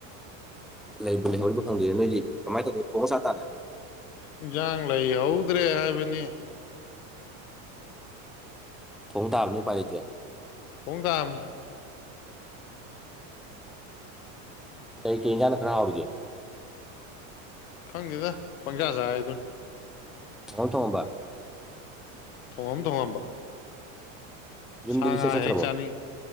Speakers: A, in the centre; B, on the left.
A: ꯂꯩꯍꯧꯔꯤꯕ ꯈꯪꯗꯣꯏꯅꯦ ꯅꯣꯏꯗꯤ ꯀꯃꯥꯏꯅ ꯇꯧꯗꯣꯏ ꯊꯣꯡꯉ ꯆꯥ ꯇꯥꯔꯦ
B: ꯏꯟꯖꯥꯡ ꯂꯩ ꯍꯧꯗ꯭ꯔꯦ ꯍꯥꯏꯕꯅꯤ
A: ꯊꯣꯡ ꯇꯥꯕꯅꯤ ꯄꯥꯏ ꯂꯩꯇꯦ
B: ꯊꯣꯡ ꯇꯥꯕꯅꯦ
A: ꯀꯩ ꯀ ꯏꯖꯅ ꯈꯔꯥ ꯑꯣꯏꯔꯒꯦ
B: ꯈꯪꯗꯦꯗ ꯄꯪꯁꯥ ꯁ ꯍꯥꯏ ꯑꯗꯨꯅ
A: ꯑꯣ ꯊꯣ ꯍꯝꯕ
B: ꯊꯣꯉꯝ ꯊꯣꯡꯉꯝꯕ
A: ꯌꯨꯝꯗꯗꯤ
B: ꯁꯥ ꯉꯥ
A: ꯏꯆꯠ ꯆꯠꯇ꯭ꯔꯕꯣ
B: ꯍꯦꯛ ꯆꯥꯅꯤꯡ